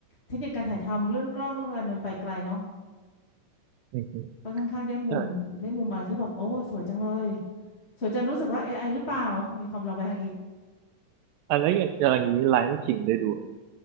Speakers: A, on the left; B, on the right.
A: เทคนิคการถ่ายทำเรื่องกล้องเรื่องอะไรมันไปไกลเนาะ
B: อืม
A: ก็ค่อนข้างได้มุมได้มุมอะไรที่แบบโอ้สวยจังเลย
B: ๆใช่
A: สวยจนรู้สึกว่า AI หรือเปล่า <laughs> มีความระแวงอีก
B: อันแล้วอย่างอย่างนี้ไล o n i ิงได้ดูไหม